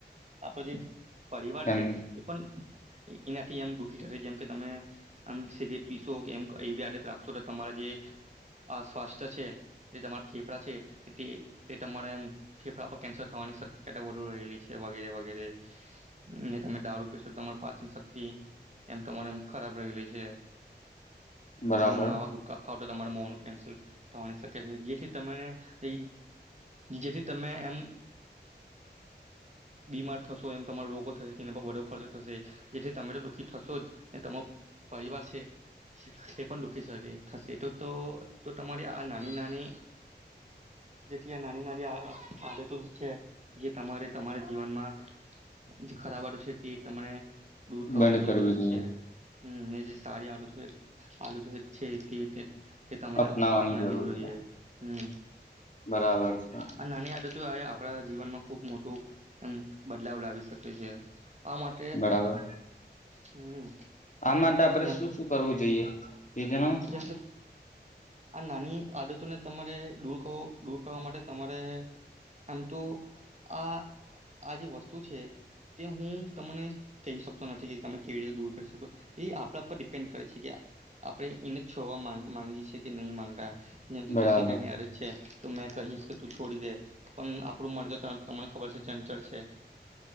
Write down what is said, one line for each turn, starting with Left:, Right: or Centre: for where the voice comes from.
Right: અપોજીત પરિવાર
Left: એમ
Right: છે એ પણ એનાથી એમ દુઃખી થશે જેમ કે તમે આમ સિગરેટ પીશોમ એવી આડત રાખશો તો તમારા જે આ સ્વાસ્થ્ય છે જે તમારા ફેફડા છે તે ત મને એમ ફેફડા પર કેન્સર થવાની શક્યતા વધુ રહેલી છે વગેરે વગેરે ને તમે દાારૂ પેશ તમાર પાચન શક્તિ એમ તમારેમ ખરાબ રહીલીે છે
Left: બરાબર
Right: તમે માવા ગુટકા ખાવ તો તમારે મો નું કેન્સલ થવાની શક્ય છે જેથી તને એ જેથી તમે એમ બીમાર થશો એમ તમારો રોગો થશે તેના પર બો ખર્ચો થશે જેથી તમે તો દુઃખી થશો જ ને ત પરિવાર છે એ પણ દુઃખી છે થશે તો તો તમારી આ નાની નાની જથીી આ નાની નાડી આ આે ત છે જે તમારે તમારા જીવનમાં જે ખરાબટો છે તે તમને દૂર કરવાની
Left: બંધ કરવી
Right: જરૂરત
Left: જોઈએ
Right: છે હમ એ જે સારીી આલુ થ આલુ થઈ છે તે તે એ તમને
Left: અપનાવાની
Right: અપનાવી
Left: જરૂર
Right: જોઈએ
Left: છે
Right: હમ
Left: બરાબર છે
Right: આ નાની આપણા જીવનમાં ખુબ મોટું એ બદલાવ લાવી શકે છે આ માટે
Left: બરાબર
Right: હમ
Left: આ માટે આપડે
Right: જેમ
Left: શું શું કરવું જોઈએ એ જણાવ છું
Right: જેમ કે આ નાની આદતોને તમારે દૂર કવો ડૂર કરવાાવા માટે તમારે આમ તો આ આજે બસ શું છે, તે હું તમને કહી શકતો નથી કે તમે કેવી રીતે દૂર કરી શકો, એ આપણા પર ડિપેન્ડ કરે છે કે આપણે એને છોડવા માંગી છે કે નહીં માંગતા. જેમ કે
Left: બરાબર
Right: કોઈ સિગરેટ ની આડત છે. તો મેં કહીશ કે તું છોડી દે, પણ આપણું મરજ તમને ખબર છે ચંચલ છે.